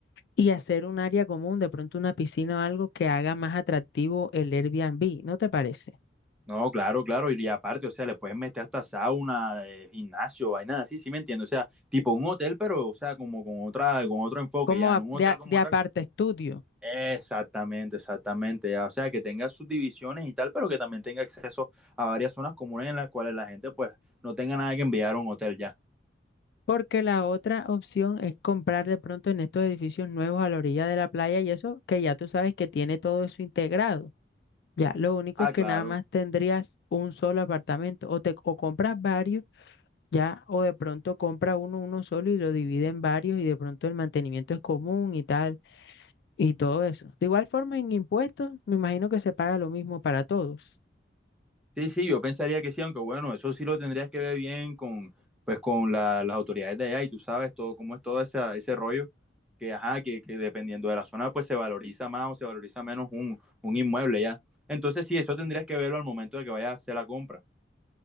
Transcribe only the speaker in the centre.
No, claro, claro, y, y aparte, o sea, le puedes meter hasta sauna, eh, gimnasio, vainas así, sí me entiendo, o sea, tipo un hotel, pero, o sea, como con otra, con otro enfoque,
ya,
no un
hotel
como
tal,
Exactamente, exactamente. O sea, que tenga sus divisiones y tal, pero que también tenga acceso a varias zonas comunes en las cuales la gente pues no tenga nada que enviar a un hotel ya.
Ah,
claro.
Sí, sí, yo pensaría que sí, aunque bueno, eso sí lo tendrías que ver bien con pues con la- las autoridades de allá y tú sabes todo cómo es todo ese, ese rollo que ajá, que, que dependiendo de la zona pues se valoriza más o se valoriza menos un, un inmueble ya. Entonces sí, eso tendrías que verlo al momento de que vayas a hacer la compra.